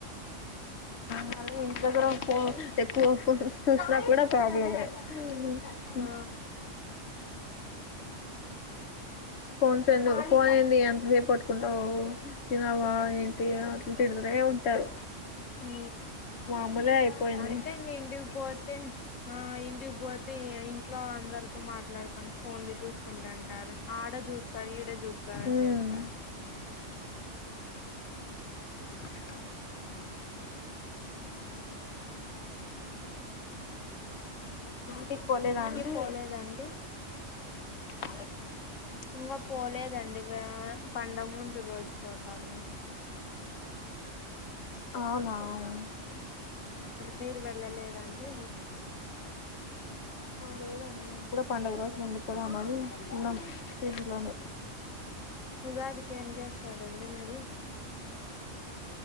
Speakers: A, on the left; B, on the left.
A: మళ్ళీ ఇంట్లో కూడా ఫో ఎక్కువ ఫోన్ చూసినా కూడా ప్రాబ్లమే థాంక్ యు
B: ఆ
A: ఫోన్స్ందు ఫోన్ ఎంది అంత సేపు పట్టుకుంటావ్ తినవా ఏంటి అంటిదే నే ఉంటారు
B: అ
A: మామూలే అయిపోయింది
B: అంతే అండి ఇంటికి పోతే ఆ ఇంటికి పోతే ఇట్ లో అందరితో మాట్లాడుకని ఫోన్లు చూసుకుంటంటారు ఆడ చూస్తారు ఈడ చూస్త సారంం
A: ఉమ్
B: దవస
A: వ
B: ఓకే
A: కి పోలేద అండి
B: పోలేదండి
A: అ
B: ఇంకా పోలేదండి పండ ముందు రోజు పోతాము
A: అవునా అవును
B: మీరు వెళ్ళలేదండి
A: లేదండి మేము కూడా పండుగ రోజు ముందు పోదామని ఉున్నాం పజలోనే
B: వేదిక ఏమి చేస్తారండి మీరు